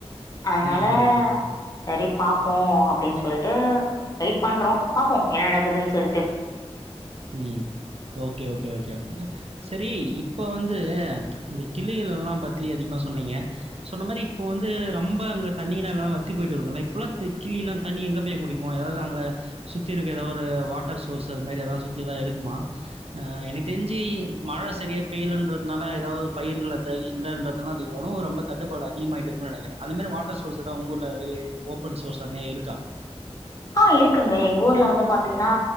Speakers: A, on the left (about 35°); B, on the right (about 65°).
A: அத்னால
B: ம்ஹ்ஹ்ம்.
A: சரி பாப்போ அப்டின் சொல்லிட்டு வெயிட் பண்றோ பாப்போம் என்ன நடக்குதுன் சொல்ட்டு
B: ம் ஓகே ஓகே ஒகே ஒகே செரி இப்ப வந்து இந்த கிள்ளைகலெல்லா பத்தி அதிகமா சொன்னிங்க சொன்னமாரி இப்பொ வந்து ரொம்ப அங்க தண்ணீரல்லா வத்தி பொய்ட்டிருக்கு இல்ல இப்பலா திக் கிளியெல்லா தண்ணி எங்க போய் குடிக்கு எதாவது அங்க சுத்தி இருக்க எதாவொரு வாட்டர் சோர்ஸ் அதுமாரி எதாவது சுத் தி எதா இர்குமா ஆ எனக் தெர்ஞ்சி மழ செரியா பெய்யலன்றத்னால எதாவது பயிர்கள் அத இல்லென்றத் <unintelligible> ரொம்ப தட்டுப்பாடு அதிகமாய்ட் இருக்னுன் நெனக்றே அந்த மாரி வாட்டர் சோர்ஸ் எதா உங்க ஊர்ல மாரி ஓப்பன் சோர்ஸ் அத்மாரி இருக்கா
A: ஆ இருக்குங்க எங்க ஊர்ல வந்து பாத்திங்ன்னா